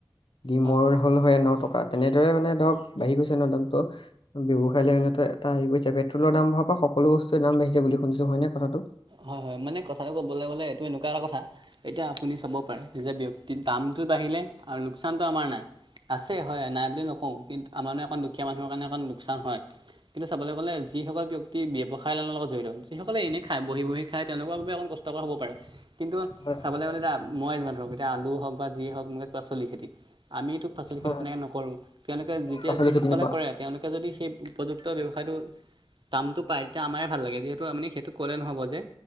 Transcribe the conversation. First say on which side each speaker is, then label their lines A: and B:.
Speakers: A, on the left; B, on the right.
A: ডিমৰ
B: হয়
A: হ'ল হয় ন টকা তেনেদৰে মানে ধৰক বাঢ়ি গৈছে নহ দামটো। ব্যৱসায় লাইনত এটা হেৰি কৰিছে পেট্ৰলৰ দাম বঢ়া পৰা সকলো বস্তু দাম বাঢ়িছে বুলি শুনিছো হয়নে কথাটো।
B: হয়, হয় মানে কথাটো ক'বলৈ গ'লে এইটো এনেকুৱা এটা কথা। এতিয়া আপুনি চাব পাৰে যে ব্যক্তিত দামটো বাঢ়িলে আৰু লোকচানটো আমাৰ নাই। আছে হয় নাই বুলি নকওঁ কিন্তু আমাৰ <unintelligible> অকণ দুখীয়া মানুহৰ কাৰণে অকন লোকচান হয়। কিন্তু চাবলৈ গ'লে যিসকল ব্যক্তি ব্যৱসায় লাইনৰ লগত জড়িত যিসকলে এনে খায় বহি, বহি খায় তেওলোকৰ বাবে অকণ কষ্টকৰ হ'ব পাৰে কিন্তু
A: হয় হয়
B: চাবলৈ গ'লে। <unintelligible> মই যিমান ধৰক এতিয়া আলু হওক বা যিয়ে হওক <unintelligible> খেতি আমিতো। পাচলি খেতি
A: হয়
B: তেনেকৈ
A: হয়
B: নকৰোঁ তেওঁলোকে যেতিয়া
A: পাচলি
B: যিসকলে
A: খেতি নকৰা
B: কৰে। তেওঁলোকে যদি সেই উপযুক্ত ব্যৱসায়টোৰ দামটো পায় তেতিয়া আমাৰে ভাল লাগে যিহেতু আপুনি সেইটো। ক'লে নহ'ব যে